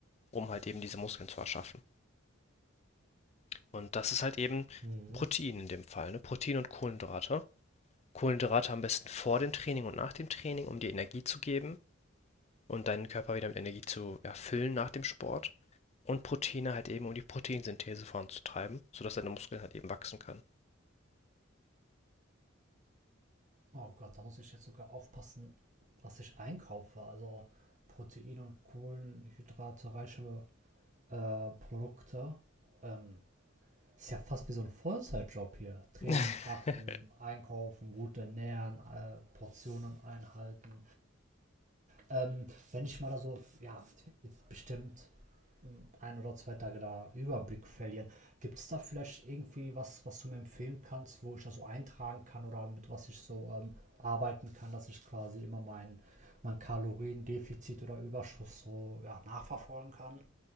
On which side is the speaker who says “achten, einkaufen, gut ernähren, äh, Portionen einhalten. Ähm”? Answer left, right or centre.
Right